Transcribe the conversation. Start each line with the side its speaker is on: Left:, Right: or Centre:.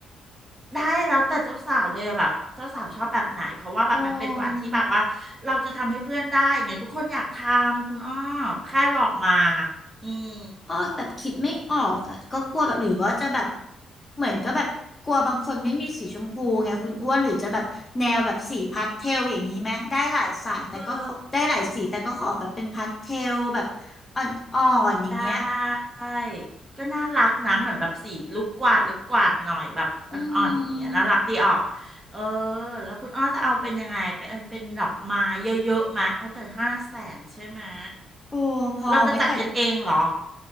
Right: ได้แล้วแต่เจ้าสาวเลยอะแบบเจ้าสาวชอบแบบไหนเพราะว่าแบบมันเป็นวันที่แบบว่าเราจะทำให้เพื่อนได้ไงทุกคนอยากทำคุณอ้อ
Left: โอ้
Right: แค่บอกมาอืม
Left: อ้อแบบคิดไม่ออกอ่ะก็กลัวแบบหรือว่าจะแบบเหมือนก็แบบกลัวบางคนไม่มีสีชมพูไงคุณอ้วนหรือจะแบบแนวแบบสีพาสเทลอย่างนี้ไหมได้หลายสายแต่ก็ขอได้หลายสีแต่ก็ขอแบบเป็นพาสเทลแบบอ่อนๆอย่างเงี้ย
Right: เออ ได้ก็น่ารักนะเหมือนแบบสีลูกกวาดลูกกวาดหน่อยแบบอ่อนๆอย่างเงี้ยน่ารักดีออก
Left: อืม
Right: เออแล้วคุณอ้อจะเอาเป็นยังไงเป็นอันเป็นดอกไม้เยอะๆมะเอาแต่ห้าแสนใช่ไหมะ
Left: โอ้พอไหมแต่
Right: เราจะจัดกันเองเหรอ